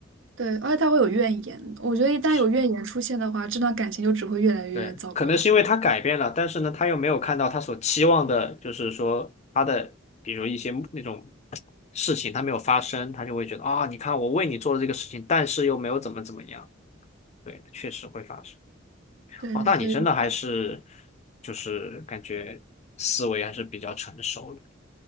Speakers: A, on the right (about 70°); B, on the left (about 35°).
A: 对，而且他会有怨言，我觉得一旦有怨言出现的话，
B: 是，
A: 这段感情就只会越来越糟糕。
B: 对，可能是因为他改变了，但是呢，他又没有看到他所期望的，就是说他的，比如一些那种事情他没有发生，他就会觉得啊，你看我为你做了这个事情，但是又没有怎么怎么样。对，确实会发生。
A: 对，
B: 哦，那你真的还是
A: 所以。
B: 就是感觉思维还是比较成熟的。